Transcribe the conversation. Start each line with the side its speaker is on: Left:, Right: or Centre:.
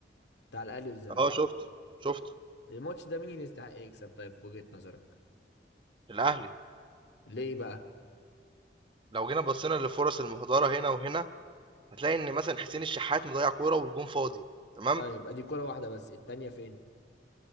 Left: بتاع الاهلي والزمالك
Right: آه شُفته، شُفته
Left: الماتش ده مين يستحق يكسب طيب في وجهة نظرك
Right: الأهلي،
Left: ليه بقى
Right: لو جينا بصينا للفرص المهدرة هنا وهنا، هتلاقي إن مثلًا حسين الشحات مضيّع كورة والجون فاضي تمام،
Left: طيب ادي كرة واحدة بس التانية فين